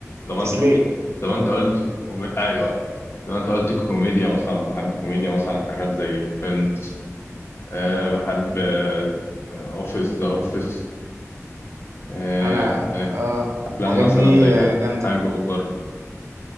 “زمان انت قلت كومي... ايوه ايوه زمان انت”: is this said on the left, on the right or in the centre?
Left